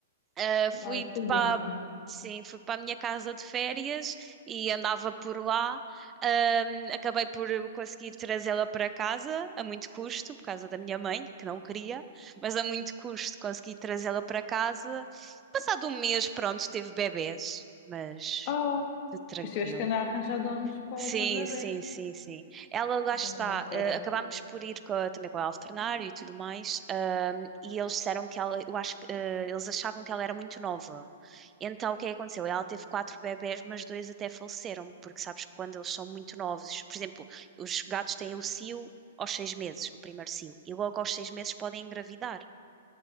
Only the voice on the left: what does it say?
Ah, tudinho.
Ah,
pois tiveste que andar a arranjar donos para,
para os bebés.
Ai,
que anda maluqueira.